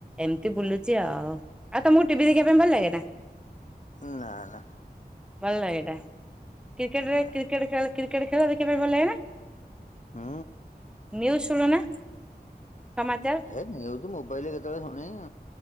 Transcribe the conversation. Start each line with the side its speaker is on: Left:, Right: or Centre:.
Centre: ଏମିତି ବୁଲୁଛି ଆଉ ଆଉ ତମକୁ ଟିଭି ଦେଖିବା ପାଇଁ ଭଲ ଲାଗେ ନା?
Left: ନା ନା
Centre: ଭଲ ଲାଗେନା କ୍ରିକେଟରେ
Left: ନା
Centre: କ୍ରିକେଟ ଖେ କ୍ରିକେଟ ଖେଳ ଦେଖିବା ପାଇଁ ଭଲ ଲାଗେ ନା?
Left: ହୁଁ।
Centre: ନ୍ୟୁଜ ଶୁଣନା ସମାଚାର?
Left: ହେ ମୁ ଏଇଠି ମୋବାଇଲରେ କେତେବେଳେ ଶୁଣେ।